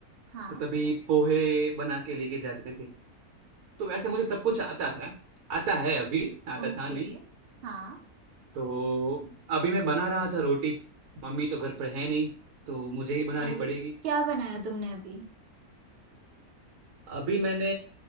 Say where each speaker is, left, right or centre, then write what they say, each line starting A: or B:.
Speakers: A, on the right; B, on the right.
A: हाँ
B: तो तभी पोहे बना के लेके जाते थे तो वैसे मुझे सब कुछ आता था आता है अभी आता
A: ओके
B: था नहीं
A: हाँ
B: तो अभी मैं बना रहा था रोटी मम्मी तो घर पर है नहीं तो मुझे ही बनानी
A: तो
B: पड़ेगी
A: क्या बनाया तुमने अभी
B: अभी मैंने